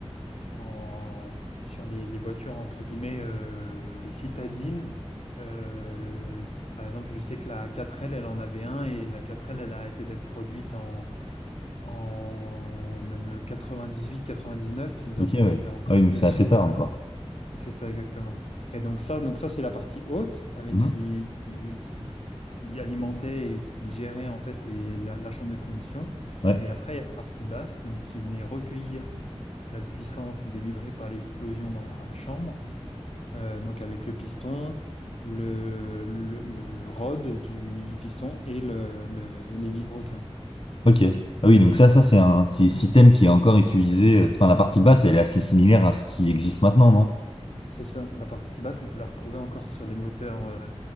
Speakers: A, on the left; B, on the left.
A: en- sur les, les voitures, entre guillemets, euh, les citadines. Euh, par exemple, je sais que la 4L, elle en avait un et la 4L, elle a arrêté d'être produite en, en même 98-99, ils
B: Ok,
A: en produisaient
B: ouais.
A: encore.
B: Ah oui, donc
A: Et
B: c'est
A: sur,
B: assez tard
A: euh,
B: encore.
A: c'est ça exactement. Et donc ça, donc ça c'est la partie haute avec
B: Mhm.
A: qui, qui, qui, qui alimentait et qui gérait en fait les, la, la chambre de combustion.
B: Ouais.
A: Et après il y a la partie basse donc qui venait recueillir la puissance délivrée par l'explosion dans la chambre. Euh, donc avec le piston, le, le, le rod du, du piston et le, le, les vilebrequins.
B: Ok. Ah oui, donc ça, ça, c'est un c'est système qui est encore utilisé. euh, Enfin, la partie basse, elle est assez similaire à ce qui existe maintenant, non?
A: C'est ça, la partie basse, on peut la retrouver encore sur les moteurs euh,